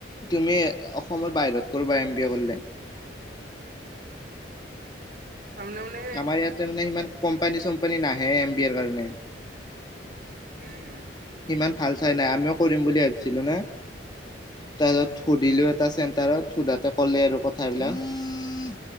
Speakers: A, on the left; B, on the right.
A: তুমি অসমৰ বাহিৰত কৰবা এম বি এ কৰিলে।
B: কাম নাই মানে
A: আমাৰ ইয়াতে মানে সিমান কোম্পানী-চোম্পানী নাহে এমবিএৰ কাৰণে।
B: উম!
A: সিমান ভাল চাই নাই আমিও কৰিম বুলি ভাবিছিলোঁ না। তাৰপিছত
B: উম
A: সুধিলো এটা চেণ্টাৰত সুধাতে ক'লে আৰু কথাবিলাক। <inaudible>